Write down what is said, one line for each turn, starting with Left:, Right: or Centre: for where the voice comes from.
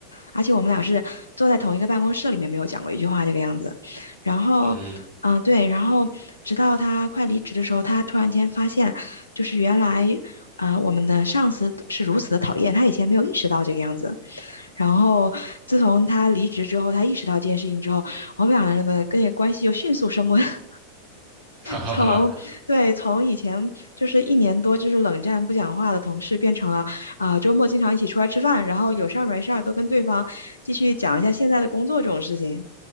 Left: 而且我们俩是坐在同一个办公室里面，没有讲过一句话这个样子。然后，
Right: 嗯哼，
Left: 嗯、对，然后直到他快离职的时候，他突然间发现，就是原来，啊、我们的上司是如此的讨厌，他以前没有意识到这个样子。然后，自从他离职之后，他意识到这件事情之后，我们两个人的跟那个关系就迅速升温。<laughs>
Right: <laughs> 哈哈哈。
Left: 从对从以前就是一年多就是冷战不讲话的同事，变成了啊、周末经常一起出来吃饭，然后有事儿没事儿都跟对方继续讲一下现在的工作这种事情，